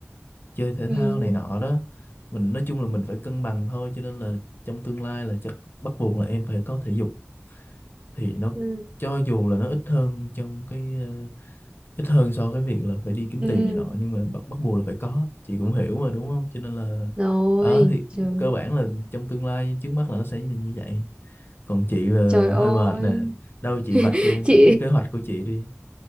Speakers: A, on the left; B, on the right.
A: chơi thể
B: ừ
A: thao này nọ đó mình nói chung là mình phải cân bằng thôi cho nên là trong tương lai là chắc bắt buộc là em phải có thể dục thì nó
B: ừ
A: cho dù là nó ít hơn trong cái ờ, ít hơn so với việc là phải đi kiếm
B: ừ
A: tiền này nọ nhưng mà bắt, bắt buộc là phải có chị cũng hiểu mà đúng không cho nên là
B: rồi
A: ờ thì
B: trời
A: cơ bản là trong tương lai trước mắt là nó sẽ như là như vậy còn chị là
B: trời ơi
A: hơi mệt nè đâu chị vạch
B: <laughs>
A: cho em
B: chị
A: thử cái kế hoạch của chị đi